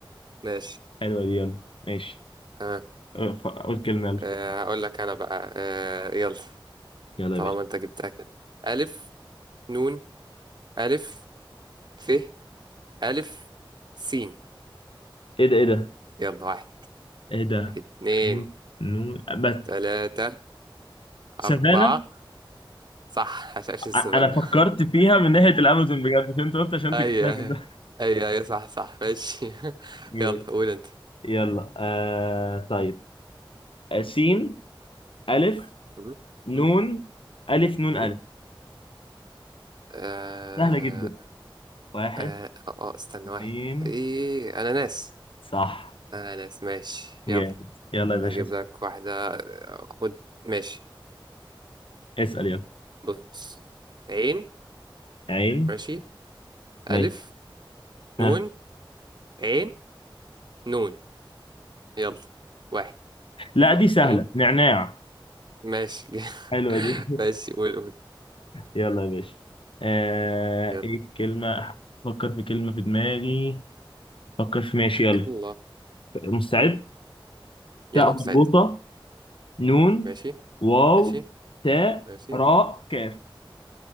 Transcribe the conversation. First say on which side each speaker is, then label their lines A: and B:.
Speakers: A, on the right; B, on the left.
A: ماشي
B: حلوه دي يلا ماشي
A: تمام
B: أه، ف- قول كلمه يلا
A: آه هقول لك أنا بقى آه يلا
B: يلا
A: طالما
B: يا باشا
A: أنت جبتها كده ألف نون ألف ف ألف سين
B: ايه ده ايه ده
A: يلا واحد
B: ايه ده
A: اتنين
B: ألف، نون بس
A: تلاتة
B: سافانا
A: أربعة صح هشاش السفنة
B: ع- انا فكرت فيها من ناحيه الامازون بجد مش انت قلت عشان
A: أي
B: تجيبها
A: أي
B: كده
A: أي أي صح صح ماشي <laughs>
B: جامد.
A: يلا قول أنت
B: يلا آه طيب آه، سين الف
A: م-
B: نون
A: م-
B: الف نون
A: م-
B: الف
A: آه
B: سهلة جدا واحد
A: آه آه استنى
B: اثنين
A: واحد إيه أنا ناس
B: صح
A: أنا ناس ماشي
B: جامد
A: يلا
B: يلا يا باشا
A: هجيب لك واحدة آه، خد ماشي
B: اسأل يلا
A: بص عين
B: عين
A: ماشي
B: ماشي
A: ألف
B: ها
A: نون عين نون يلا واحد
B: لا دي سهلة
A: اتنين
B: نعناع
A: ماشي <laughs>
B: حلوة دي
A: ماشي
B: <laughs>
A: قول قول
B: يلا يا باشا آه...
A: يلا
B: ايه الكلمة فكر في كلمة في دماغي فكر في ماشي يلا
A: يلا
B: مستعد
A: مم. يلا
B: تاء
A: مستعد
B: مربوطة نون
A: ماشي
B: واو
A: ماشي
B: تاء
A: ماشي
B: راء كاف